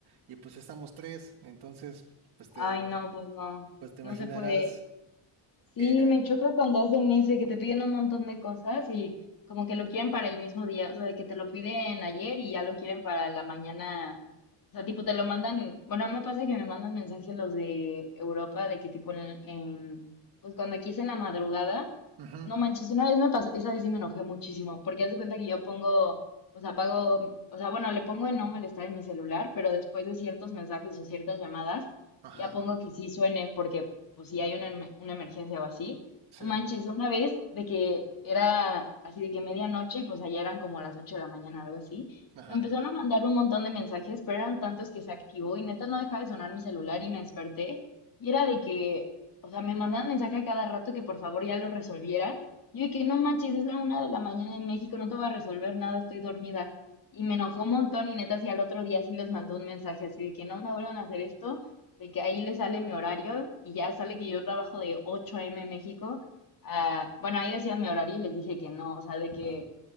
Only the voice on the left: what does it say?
ay, no,
pues no,
no se puede. Sí,
me choca cuando hacen eso y que te piden un montón de cosas y como que lo quieren para el mismo día, o sea, de que te lo piden ayer y ya lo quieren para la mañana. O sea, tipo, te lo mandan, bueno, me pasa que me mandan mensajes los de Europa de que tipo en, en- pues cuando aquí es en la madrugada,
no manches, una vez me pasó, esa vez sí me enojé muchísimo, porque haz de cuenta que yo pongo, pues apago, o sea, bueno, le pongo en no molestar en mi celular, pero después de ciertos mensajes o ciertas llamadas,
ya pongo que sí suene, porque pues si hay una, em- una emergencia o así.
O manches, una vez de que era así de que medianoche y pues allá eran como las 8 de la mañana o algo así.
Me empezaron a mandar un montón de mensajes, pero eran tantos que se activó y neta no dejaba de sonar mi celular y me desperté. Y era de que, o sea, me mandaban mensaje a cada rato que por favor ya lo resolviera. Yo de que no manches, es la una de la mañana en México, no te voy a resolver nada, estoy dormida. Y me enojó un montón y neta, si al otro día sí les mandó un mensaje así de que no me vuelvan a hacer esto de que ahí le sale mi horario y ya sale que yo trabajo de 8 a.m. México a- bueno, ahí decía mi horario y les dije que no, o sea, de
que